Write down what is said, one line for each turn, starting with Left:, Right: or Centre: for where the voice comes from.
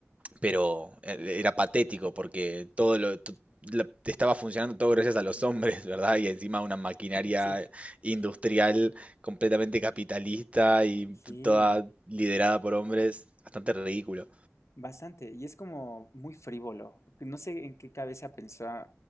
Right: pero eh, era patético porque todo lo, to- la- estaba funcionando todo gracias a los hombres, ¿verdad? Y encima una maquinaria
Left: <laughs> Sí,
Right: industrial completamente capitalista y
Left: sí,
Right: t- toda liderada por hombres, bastante ridículo.
Left: bastante. Y es como muy frívolo. No sé en qué cabeza pensó